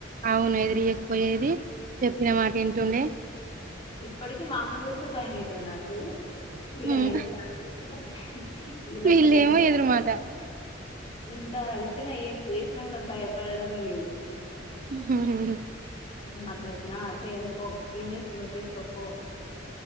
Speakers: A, on the right (about 45°); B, on the left (about 30°).
A: అవును ఎదురియకపోయేది చెప్పిన మాట ఇంటుండే
B: ఇప్పటికి మా అమ్మను చూస్తే భయం అయితది నాకు వీళ్ళను
A: హ్మ్.
B: ఎంత ఆరిచిన వీళ్ల
A: వీళ్ళేమో
B: మీద ఎంత
A: ఎదురు మాట.
B: ఎంత అరిచినా ఏం చేసినా కూడా భయపడడమే లేదు
A: హ
B: మాట్లాడుతేనా ఆ చెయ్యన్ పో ఏం చేసుకుంటావో చేసుకపో